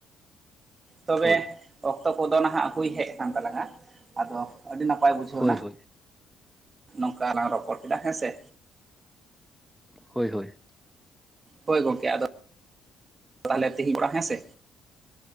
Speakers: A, on the right; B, in the centre.
A: ᱛᱚᱵᱮ
B: ᱦᱳᱭ
A: ᱚᱠᱛᱚ ᱠᱚᱫᱚ ᱱᱟᱦᱟᱜ ᱦᱩᱭ ᱦᱮᱡ ᱟᱠᱟᱱ ᱛᱟᱞᱟᱝ-ᱟ ᱟᱫᱚ ᱟᱹᱰᱤ ᱱᱟᱯᱟᱭ ᱵᱩᱡᱷᱟᱹᱣᱱᱟ᱾
B: ᱦᱳᱭ ᱦᱳᱭ
A: ᱱᱚᱝᱠᱟ ᱞᱟᱝ ᱨᱚᱯᱚᱲ ᱠᱮᱫᱟ ᱦᱮᱸᱥᱮ᱾
B: ᱦᱳᱭ ᱦᱳᱭ᱾
A: ᱦᱳᱭ ᱜᱚᱝᱠᱮ ᱟᱫᱚ ᱛᱟᱦᱚᱞᱮ ᱛᱤᱦᱤᱧ <unintelligible> ᱦᱮᱸᱥᱮ᱾